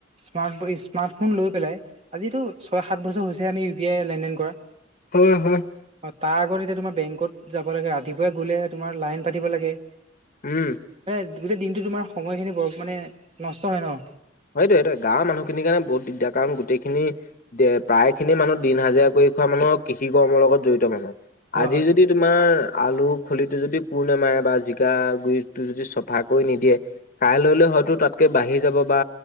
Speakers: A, on the right; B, on the left.
A: স্মাৰ্ট স্মাৰ্টফোন লৈ পেলাই আজিতো ছয় সাত বছৰ হৈছে আমি ইউ পি আই লেনদেন কৰা
B: হয় হয়
A: অ তাৰ আগত এতিয়া তোমাৰ বেংকত যাব লাগে ৰাতিপুৱাই গ'লে তোমাৰ লাইন পাতিব লাগে
B: উম
A: মানে গোটেই দিনটো তোমাৰ সময়খিনি বৰ মানে নষ্ট হয় ন
B: সেইটোৱে সেইটোৱে গাঁৱৰ মানুহখিনিৰ কাৰণ বহুত দিগদাৰ কাৰণ গোটেইখিনি দে প্ৰায় খিনি মানুহ দিন হাজিৰা কৰি খোৱা মানুহৰ কৃষি কৰ্মৰ লগত জড়িত মানুহ
A: হয়
B: আজি
A: হয়
B: যদি তোমাৰ আলু খলিটো যদি কোৰ নেমাৰে বা জিকা গুৰিটো যদি চফা কৰি নিদিয়ে কাইলৈল হয়তো তাতকে বাঢ়ি যাব বা